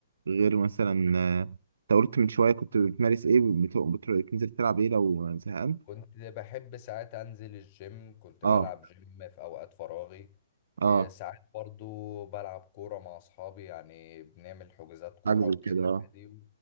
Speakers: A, on the right; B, on the left.
A: غير مثلا آه، انت قلت من شويه كنت بتمارس ايه بت- بت- بتنزل تلعب ايه لو زهقان
B: كنت بحب ساعات انزل الجيم كنت
A: اه
B: بلعب جيم في اوقات فراغي
A: اه
B: إيه، ساعات برضو بلعب كورة مع اصحابي يعني بنعمل حجوزات كورة
A: حاجة
B: وكده
A: زي كده اه
B: عادي